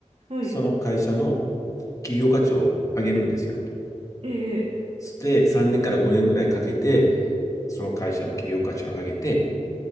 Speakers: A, on the right; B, on the left.
A: はい。
B: その会社の企業価値を上げるんですよ。
A: ええ、ええ
B: で、3年から5年ぐらいかけて、その会社の企業価値を上げて、